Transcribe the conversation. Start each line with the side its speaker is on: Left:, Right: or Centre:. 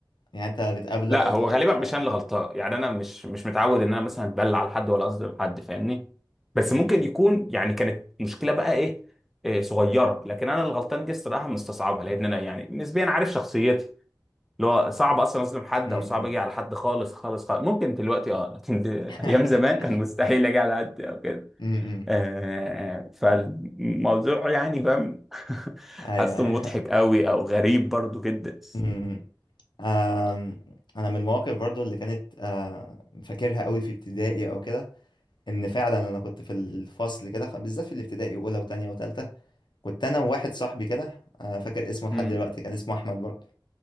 Left: يعني انت بتقابله
Centre: لا
Left: او
Centre: هو
Left: تعرفوا
Centre: غالبا مش
Left: بعض
Centre: انا
Left: او
Centre: اللي
Left: كده
Centre: غلطان يعني انا مش مش متعود ان انا مثلا اتبلع على حد ولا اصدم حد فاهمني بس
Left: م-
Centre: ممكن
Left: م-
Centre: يكون يعني كانت مشكله بقى ايه, إيه صغيره لكن انا الغلطان دي الصراحه مستصعبها لان انا يعني نسبيا عارف شخصيتي اللي هو صعب اصلا اظلم حد
Left: م-
Centre: او صعب
Left: م.
Centre: اجي على حد خالص خالص خالص ممكن دلوقتي اه لكن د- <laughs>
Left: <laughs>
Centre: ايام زمان كان مستحيل اجي على حد او كده
Left: م- م.
Centre: آه فالموضوع يعني فاهم <laughs>
Left: ايوه
Centre: حاسه
Left: ايوه
Centre: مضحك قوي او غريب برضو جدا
Left: <laughs> م- آم، انا من المواقف برضو اللي كانت آه، فاكرها قوي في ابتدائي او كده ان فعلا انا كنت في الفصل كده خ- بالذات في الابتدائي اولى وتانية وتالتة كنت انا وواحد صاحبي كده آه، فاكر اسمه لحد
Centre: امم
Left: دلوقتي كان اسمه احمد برضو